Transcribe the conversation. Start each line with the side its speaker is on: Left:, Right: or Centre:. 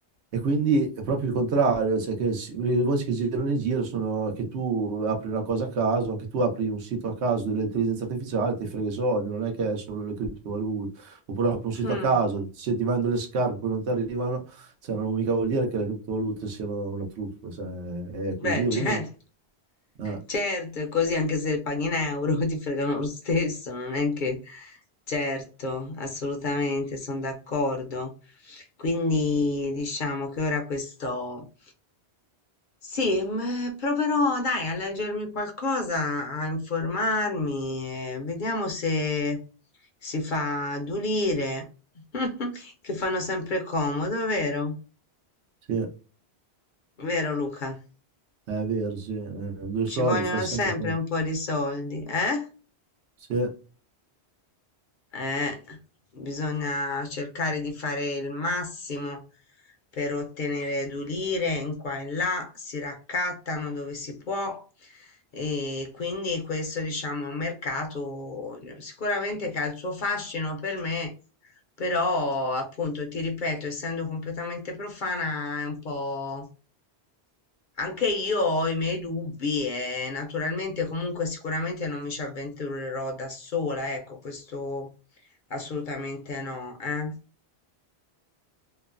Right: E quindi è proprio il contrario, cioè che si- le voci che girano in giro sono che tu apri una cosa a caso, anche tu apri un sito a caso dell'intelligenza artificiale, ti frega i soldi, non è che è solo le criptovalute, oppure apri un sito
Left: mm.
Right: a caso, se ti vendono le scarpe poi non ti arrivano, cioè non mica vuol dire che le criptovalute siano una truffa, cioè è così,
Left: Beh,
Right: uh,
Left: <laughs> certo,
Right: eh,
Left: certo, è così anche se paghi in euro <laughs> ti fregano lo stesso, non è che... Certo, assolutamente, sono d'accordo. Quindi diciamo che ora questo... Sì, m- proverò, dai, a leggermi qualcosa, a informarmi, e vediamo se si fa adulire, <laughs> che fanno sempre comodo, vero?
Right: sì,
Left: Vero, Luca?
Right: è vero, sì, eh, due soldi
Left: Ci vogliono
Right: fa sempre
Left: sempre
Right: conto,
Left: un po' di soldi, eh?
Right: sì,
Left: Eh, bisogna cercare di fare il massimo per ottenere edulire in qua e in là, si raccattano dove si può e quindi questo diciamo è un mercato eh, sicuramente che ha il suo fascino per me però, appunto, ti ripeto, essendo completamente profana, è un po'... Anche io ho i miei dubbi e naturalmente comunque sicuramente non mi ci avventurerò da sola, ecco, questo assolutamente no, eh?